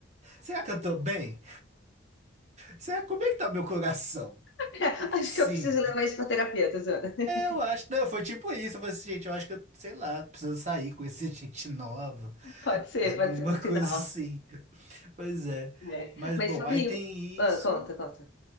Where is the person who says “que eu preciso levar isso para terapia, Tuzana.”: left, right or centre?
Left